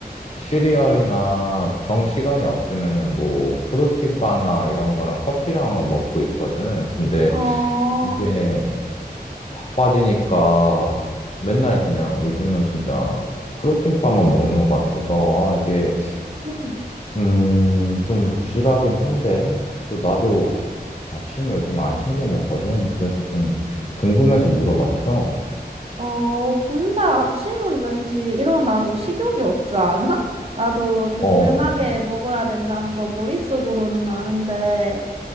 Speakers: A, on the left; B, on the right.
A: 시리얼이나 정 시간이 없으면은 뭐, 프로틴바나 이런 거랑 커피랑은 먹고 있거든. 근데
B: 아,
A: 이게 바빠지니까 맨날 그냥 요즘은 진짜 프로틴바만 먹는 것 같아서 아 이게
B: 음,
A: 음 좀 부실하긴 한데 또 나도 아침을 요즘 안 챙겨 먹거든 그래서 좀 궁금해서 물어봤어
B: 어, 근데 아침은 왠지 일어나도 식욕이 없지 않아? <laughs> 나도 든든하게
A: 어
B: 먹어야 된다는 거 머릿속으로는 아는데,